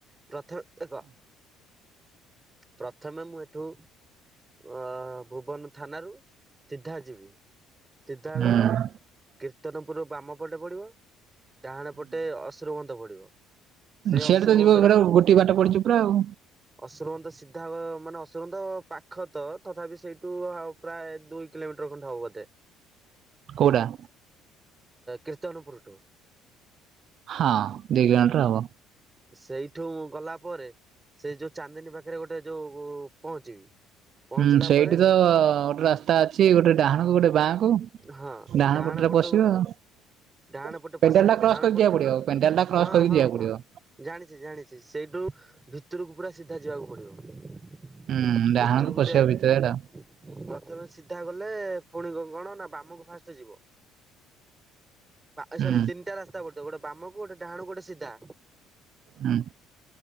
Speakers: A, on the right; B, on the right.
A: ପ୍ରଥମେ ଏକ ପ୍ରଥମେ ମୁଁ ଏଠୁ ଅ ଭୁବନ ଥାନାରୁ ସିଧା ଯିବି। ସିଧା ଗଲେ
B: ହୁଁ
A: କୀର୍ତ୍ତନପୁର ବାମ ପଟେ ପଡିବ ଡାହାଣ ଟେ ଅଶୁର ବନ୍ଦ ପଡିବ। ସେଇ
B: ସିଆଡ଼େ
A: ଅସୁରବନ୍ଧ
B: ତ ଯିବ ପୁରା ଗୋଟଏ ବାଟ ପଡ଼ିଚି ପୁରା ଆଉ
A: ଅଶୁରମନ୍ତ ସିଧା ମାନେ ଅଶୁରନ୍ଧ ପାଖ ତ ତଥାପି ସେଇଠୁ ଆ ପ୍ରାୟ ଦୁଇ କିଲୋମିଟର ଖଣ୍ଡେ ହବ ବଧେ।
B: କଉଟା।
A: କୀର୍ତ୍ତନପୁରଠୁ
B: ହଁ ଦି କିଲୋମିଟର ହବ।
A: ସେଇଠୁ ମୁଁ ଗଲା ପରେ ସେଇ ଯୋଉ ଚାନ୍ଦିନୀ ପାଖରେ ଗୋଟେ ଯୋଉ ପହଞ୍ଚିବି। ପହଞ୍ଚିଲା
B: ହୁଁ ସେଇଠି
A: ପରେ
B: ତ ଗୋଟେ ରାସ୍ତା ଅଛି ଗୋଟେ ଡାହାଣ କୁ ଗୋଟେ ବାଁ କୁ
A: ହଁ
B: ଡାହାଣ ପଟରେ
A: ପଟୁ
B: ପଶିବ ଆଉ
A: ଡାହାଣ ପଟେ ପଶିଲି
B: ପେଣ୍ଡାଲ୍ ଟା
A: ଡାହାଣ
B: କ୍ରସ କରିକି
A: ପଟରୁ
B: ଯିବାକୁ ପଡିବ ପେଣ୍ଡାଲ୍ ଟା କ୍ରସ
A: ହଁ
B: କରିକି
A: ହଁ
B: ଯିବାକୁ
A: ହଁ
B: ପଡିବ।
A: ଜାଣିଛି ଜାଣିଛି ସେଇଠୁ ଭିତରକୁ ପୁରା ସିଧା ଯିବାକୁ ପଡିବ।
B: ହୁଁ ଡାହାଣକୁ
A: ଭିତରକୁ
B: ପଶିବା
A: ଜା <unintelligible>
B: ଭିତରେ ଏଟା
A: ପ୍ରଥମେ ସିଧା ଗଲେ ପୁଣି କଣ ନା ବାମକୁ ଫାଷ୍ଟ ଯିବ। ଏ
B: ହୁଁ
A: ସରି ତିନିଟା ରାସ୍ତା ପଡିଥିବ ଗୋଟେ ବାମକୁ ଗୋଟେ ଡାହାଣକୁ ଗୋଟେ ସିଧା
B: ହୁଁ